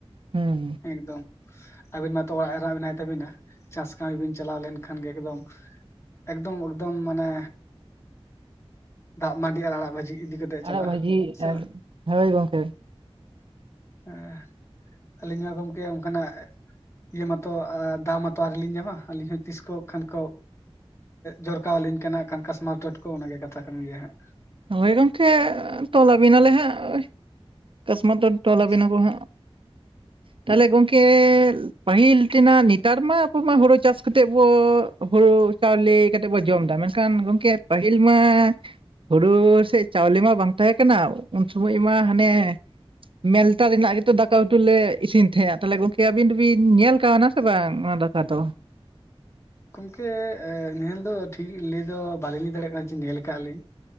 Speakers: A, on the right; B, on the left.
A: ᱦᱩᱸ
B: ᱮᱠᱫᱚᱢ ᱟᱹᱵᱤᱱ ᱢᱟᱛᱚ ᱚᱲᱟᱜ ᱮᱨᱟ ᱢᱮᱱᱟᱭ ᱛᱟᱹᱵᱤᱱᱟ ᱪᱟᱥ ᱠᱟᱹᱢᱤ ᱵᱤᱱ ᱪᱟᱞᱟᱣ ᱞᱮᱱᱠᱷᱟᱱ ᱜᱮ ᱮᱠᱫᱚᱢ ᱮᱠᱫᱚᱢ ᱮᱠᱫᱚᱢ ᱢᱟᱱᱮ ᱫᱟᱜ ᱢᱟᱹᱱᱰᱤ ᱟᱨ ᱟᱲᱟᱜ ᱵᱷᱟᱹᱡᱤ ᱤᱫᱤ ᱠᱟᱛᱮᱜ ᱪᱟᱞᱟᱜᱼᱟ
A: ᱟᱲᱟᱜ ᱵᱟᱹᱡᱷᱤ ᱮᱫᱟᱭ
B: ᱥᱮ ᱵᱟᱝ
A: ᱦᱳᱭ ᱜᱚᱝᱠᱮ
B: ᱟᱸᱜ ᱮᱸ ᱟᱹᱞᱤᱧ ᱢᱟ ᱜᱚᱝᱠᱮ ᱚᱱᱠᱟᱱᱟᱜ ᱤᱭᱟᱹ ᱢᱟᱛᱚ ᱫᱟᱣ ᱢᱟᱛᱚ ᱟᱣᱨᱤ ᱞᱤᱧ ᱧᱟᱢᱟ ᱟᱹᱞᱤᱧ ᱦᱚᱸ ᱛᱤᱥ ᱠᱚ ᱠᱷᱟᱱ ᱠᱚᱼᱼ ᱡᱚᱨᱠᱟᱣᱟᱞᱤᱧ ᱠᱟᱱᱟ ᱦᱟᱜᱠᱷᱟᱱ ᱠᱟᱥᱢᱟᱨ ᱴᱚᱴᱠᱚ ᱚᱱᱟ ᱜᱮ ᱠᱟᱛᱷᱟ ᱠᱟᱱ ᱜᱮᱭᱟ ᱦᱟᱸᱜ᱾
A: ᱦᱳᱭ ᱜᱚᱢᱠᱮ ᱛᱚᱞᱟᱵᱤᱱᱟᱞᱮ ᱦᱟᱸᱜ ᱠᱟᱥᱢᱟᱨ ᱴᱚᱴᱠᱚ ᱛᱚᱞ
B: ᱟᱪᱪᱷᱟ
A: ᱟᱵᱤᱱᱟ ᱠᱚ ᱦᱟᱸᱜ᱾
B: <inaudible>
A: ᱛᱟᱦᱚᱞᱮ ᱜᱚᱝᱠᱮ ᱯᱟᱹᱦᱤᱞ ᱨᱮᱱᱟᱜ ᱱᱤᱛᱟᱨ ᱢᱟ ᱟᱵᱚ ᱢᱟ ᱦᱩᱲᱩ ᱪᱟᱥ ᱠᱟᱛᱮᱜ ᱵᱚᱼᱼ ᱦᱩᱲᱩ ᱪᱟᱣᱞᱮ ᱠᱟᱛᱮᱜ ᱵᱚ ᱡᱚᱢ ᱮᱫᱟ, ᱢᱮᱱᱠᱷᱟᱱ ᱜᱚᱝᱠᱮ ᱯᱟᱹᱦᱤᱞ ᱢᱟᱼᱼ ᱦᱩᱲᱩ ᱥᱮᱡ ᱪᱟᱣᱞᱮ ᱢᱟ ᱵᱟᱝ ᱛᱟᱦᱮᱸ ᱠᱟᱱᱟ, ᱩᱱ ᱥᱚᱢᱚᱭ ᱢᱟ ᱦᱟᱱᱮᱼᱼ ᱢᱮᱞᱛᱟ ᱨᱮᱱᱟᱜ ᱜᱮᱛᱚ ᱫᱟᱠᱟ ᱩᱛᱩ ᱞᱮ ᱤᱥᱤᱱ ᱛᱟᱦᱮᱸᱜᱼᱟ ᱛᱟᱦᱚᱞᱮ ᱜᱚᱝᱠᱮ ᱟᱵᱤᱱ ᱫᱚᱵᱤᱱ ᱧᱮᱞ ᱠᱟᱣᱱᱟ? ᱵᱟᱝ ᱚᱱᱟ ᱫᱟᱠᱟ ᱫᱚ᱾
B: ᱜᱚᱝᱠᱮ ᱧᱮᱞ ᱫᱚ ᱴᱷᱤᱠ ᱞᱟᱹᱭ ᱫᱚ ᱵᱟᱞᱤᱧ ᱞᱟᱹᱭ ᱫᱟᱲᱮᱭᱟᱜ ᱠᱟᱱᱟ ᱡᱮ ᱧᱮᱞ ᱟᱠᱟᱫ ᱞᱤᱧ᱾